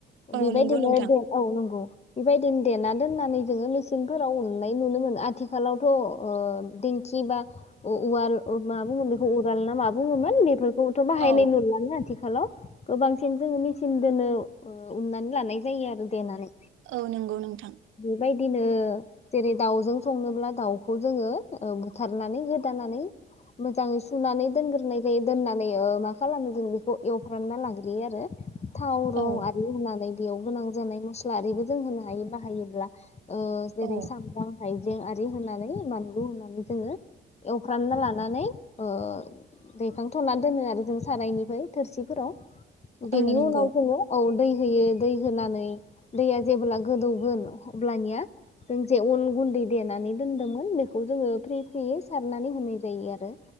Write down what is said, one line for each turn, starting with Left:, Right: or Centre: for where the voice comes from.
Right: औ
Left: बेबायदिनो
Right: नंगौ नोंथां
Left: दे औ नोंगौ। बेबायदिनो देना दोननानै जोङो मेचिंनफोराव उननाय नुनो मोनो आथिखालावथ'ओ दिेंखि बा उवाल मा बुङो बेखौ उराल ना माब बुङोमोन बेफोर औथ' बाहायनाय
Right: औ
Left: नुलानो आथिखा खालाव गोबांसिन जोङो मेसिन दोनो ओ उननानै लानाय जायो आरो देनानै।
Right: औ नोंगौ नोंथां।
Left: बायदिनो जेरै दाउजों संनोब्ला दाउखौ जोङो ओ बुथारनानै गोदानानै मोजाङै सुनानै दोनग्रोनाय जायो दोननानै ओ मा खालामो जों बेखौ एवफ्रानना लाग्रोयो आरो। थाव रं
Right: औ
Left: आरि होनानै बेयाव गोनां जानाय मस्ला आरिबो जों होनो हायो बाहायोब्ला ओ जेरै
Right: औ
Left: सामब्राम हाय जें आरि होनानै बानलु होनानै जोङो एवफ्रानना लानानै ओ दैखांथ'ना दोनो आरो जों सारायनिफ्राय थोरसिफोराव बेनि
Right: औ नंगौ
Left: उनाव जोङो औ दै होयो दै होनानै दैया जेबोला गोदौगोन अब्लानिया जों जे अन गुन्दै देनानै दोन्दोंमोन बेखौ जोङो फ्रिय फ्रियै सारनानै होनाय जायो आरो।